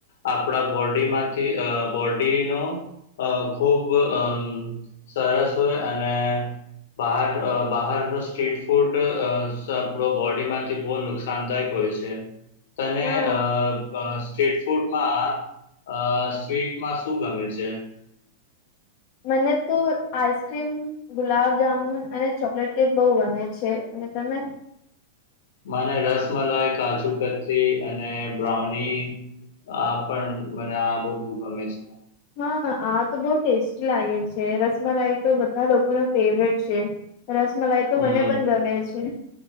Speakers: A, on the left; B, on the left.
A: આપણા બોડીમાંથી અ બોડીનો અ ખૂબ અ સરસ હોય અને બહાર અ બહાર નો સ્ટ્રીટ ફૂડ <unintelligible> બોડીમાં ટે બો નુકસાનદાયક હોય છે, તને
B: હા
A: અ અ સ્ટ્રીટ ફૂડમાં અ સ્વીટમાં શું ગમે છે?
B: મને તો આઈસ્ક્રીમ ગુલાબ જામુન અને ચોકલેટ કેક બો ગમે છે, અને તમે?
A: મને રસમલાઈ, કાજુ કતલી અને બ્રાઉની આ પણ મને આ બધું ગમે છે.
B: હા આ તો બો ટેસ્ટી લાગે છે, રસમલાઈ તો બધા લોકો ન ફેવરેટ છે. રસમલાઈ તો
A: હમ
B: મને પણ ગમે છે,